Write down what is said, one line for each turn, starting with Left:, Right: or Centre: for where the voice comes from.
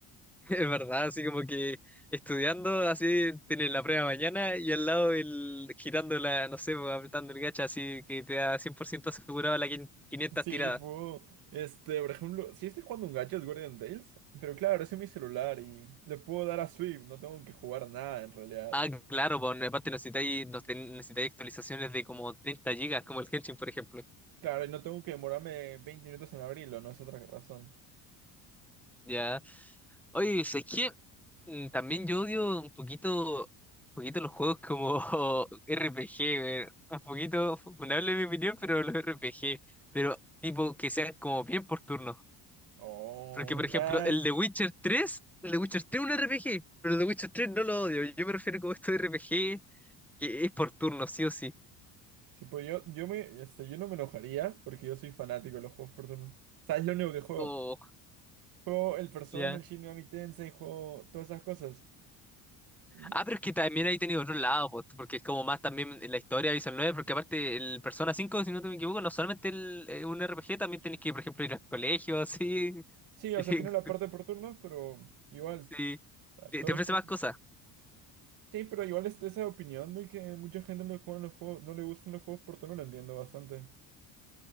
Centre: Es verdad, así como que estudiando, así tienes la prueba mañana y al lado el girando la, no sé, pues, apretando el gacha, así que te da 100% asegurado la quin- 500
Right: Sí,
Centre: tiradas.
Right: puedo. Este, por ejemplo, si estoy jugando un gacha es Guardian Tales, pero claro, es en mi celular y le puedo dar a Swift, no tengo que jugar nada en realidad.
Centre: Ah, claro, pues en parte necesitáis, nos ten- necesitáis actualizaciones de como 30 gigas, como el Genshin, por ejemplo.
Right: Claro, y no tengo que demorarme 20 minutos en abrirlo, no es otra razón.
Centre: Ya. Oye, es que mm, también yo odio un poquito, un poquito los juegos como <laughs> RPG, güey. Un poquito funable en mi opinión, pero los RPG. Pero tipo que sean como bien por turno.
Right: Oh,
Centre: Porque, por
Right: nada,
Centre: ejemplo, el
Right: est-
Centre: de Witcher tres el de Witcher tres es un RPG, pero el de Witcher tres no lo odio. Yo me refiero como esto de RPG, que es por turno, sí o sí.
Right: sí, pues yo, yo me, este, yo no me enojaría porque yo soy fanático de los juegos por turno. ¿Sabes lo único que juego?
Centre: Oh,
Right: Juego el Persona,
Centre: ya.
Right: el Shin Megami Tensei, juego todas esas cosas. Y no.
Centre: Ah, pero es que también ahí tenido otro lado, po, porque es como más también en la historia de Visual 9 porque aparte el Persona cinco si no te me equivoco, no solamente el, eh, un RPG, también tenés que, por ejemplo, ir al colegio, así.
Right: Sí, o
Centre: <laughs>
Right: sea, tiene la parte por turnos, pero igual.
Centre: Sí,
Right: o sea,
Centre: te
Right: todo
Centre: te ofrece
Right: es por
Centre: más
Right: turnos.
Centre: cosas.
Right: Sí, pero igual está esa opinión de que mucha gente no le juegan los juegos, no le gustan los juegos por turno, lo entiendo bastante.